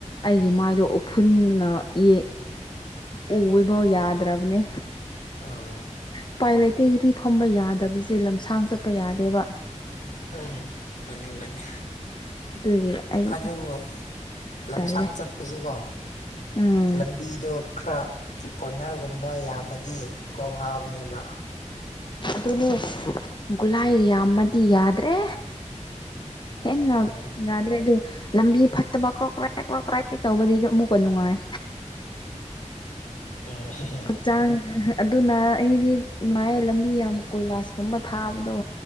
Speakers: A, on the left; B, on the left.
A: ꯑꯩꯒꯤ ꯃꯥꯏꯗꯣ ꯎꯐꯨꯟꯅ ꯌꯦ ꯎꯝ ꯎꯒꯦꯐꯥꯎ ꯌꯥꯗ꯭ꯔꯕꯅꯦ
B: ꯑꯥꯑ
A: ꯎꯄꯥꯏ ꯂꯩꯇꯦ ꯅꯨꯄꯤ ꯐꯝꯕ ꯌꯥꯗꯕꯁꯦ ꯂꯝꯁꯥꯡ ꯆꯠꯄ ꯌꯥꯗꯦꯕ
B: ꯑꯥꯡ ꯃꯥꯅꯤ ꯃꯥꯅꯤ
A: ꯑꯗꯨꯒꯤ ꯑꯩ
B: ꯑꯗꯨꯕꯨ ꯂꯝꯁꯥꯡ
A: ꯇꯜꯂꯦ
B: ꯆꯠꯄꯖꯤꯀꯣ
A: ꯎꯝ
B: ꯂꯝꯕꯤꯗꯣ ꯈꯔ ꯀꯣꯅꯔꯒꯨꯝꯕ ꯌꯥꯝꯃꯗꯤ ꯀꯣꯛ ꯉꯥꯎꯕꯅꯦꯕ
A: ꯗꯨꯅꯦ ꯒꯨꯂꯥꯏ ꯌꯥꯝꯃꯗꯤ ꯌꯥꯗ꯭ꯔꯦ ꯍꯦꯟꯅꯥ
B: ꯎꯝ
A: ꯌꯥꯗ꯭ꯔꯦ ꯑꯗꯨ ꯂꯝꯕꯤ ꯐꯠꯇꯕꯀꯣ ꯀ꯭ꯔꯣꯛ ꯀ꯭ꯔꯦꯛ ꯀ꯭ꯔꯣꯛ ꯀ꯭꯭ꯔꯦꯛ ꯇꯧꯕꯗꯗꯤ ꯑꯃꯨꯛꯀ ꯅꯨꯡꯉꯥꯏ
B: INAUDIBLE
A: ꯍꯛꯆꯥꯡ ꯍꯥꯑ ꯑꯗꯨꯅ ꯑꯩꯗꯤ ꯏꯃꯥꯏ ꯂꯝꯕꯤ ꯌꯥꯝ ꯀꯣꯏꯂꯥꯁꯀꯨꯝꯕ ꯊꯥꯕꯗꯣ